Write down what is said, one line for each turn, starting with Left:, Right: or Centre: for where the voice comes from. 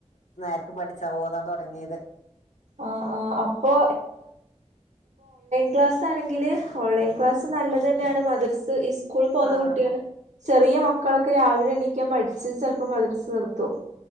Left: നേരക്ക് പഠിച്ചാ ഓതാൻ തൊടങ്ങീത്
Right: ആഹ് ആഹ് അപ്പൊ ക്ലാസാണെങ്കില് ഓൺലൈൻ ക്ലാസ് നല്ല തന്നേണ് മദർസ് ഇസ് സ്കൂളി പോവുന്ന
Left: ആഹ്
Right: കുട്ടികള് ചെറിയ മക്കളൊക്കെ ക്ക് രാവിലെ എണീക്കാം മടിച്ച് ചെലപ്പ മദർസ് നിർത്തും